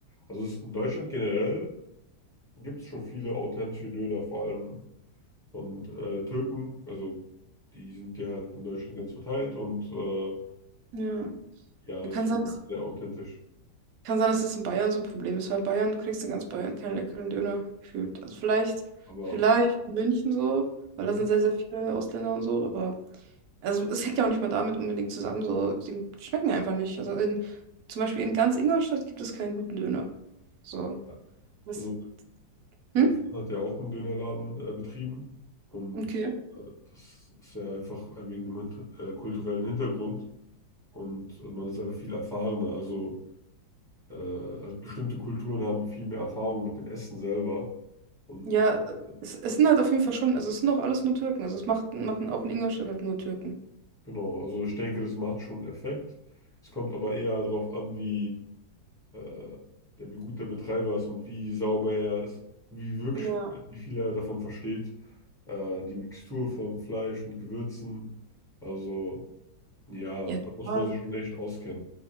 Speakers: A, in the centre; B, on the right (about 65°).
A: Also es ist in Deutschland generell gibt es schon viele authentische Döner, vor allem von äh, Türken. Also die sind ja halt in Deutschland ganz verteilt und äh,
B: ja.
A: ja, deswegen
B: Kann sein.
A: sehr authentisch.
B: Kann sein, dass das in Bayern so ein Problem ist, weil in Bayern, du kriegst in ganz Bayern keinen leckeren Döner gefühlt. Also vielleicht,
A: Aber
B: vielleicht in München so, weil
A: hm,
B: da sind sehr, sehr viele Ausländer und so, aber also es hängt ja auch nicht mal damit unbedingt zusammen, so, die schmecken einfach nicht. Also in, zum Beispiel in ganz Ingolstadt gibt es keinen guten Döner. So.
A: ja.
B: Was?
A: also mein
B: Hm?
A: Vater hat ja auch einen Dönerladen äh, betrieben und
B: Okay.
A: äh, das ist ja einfach wegen dem hint- äh, kulturellen Hintergrund und man ist einfach viel erfahrener. Also äh, halt bestimmte Kulturen haben viel mehr Erfahrung mit dem Essen selber und
B: Ja,
A: äh,
B: es, es sind halt auf jeden Fall schon, also es sind auch alles nur Türken. Also es macht, machen auch in Ingolstadt halt nur Türken.
A: Genau, also ich denke, das macht schon einen Effekt. Es kommt aber eher darauf an, wie, äh, ja, wie gut der Betreiber ist und wie sauber er ist, wie wirklich,
B: Ja.
A: äh, wie viel er davon versteht, äh, die Mixtur vom Fleisch und Gewürzen. Also ja,
B: Ja,
A: da muss
B: total.
A: man sich schon echt auskennen.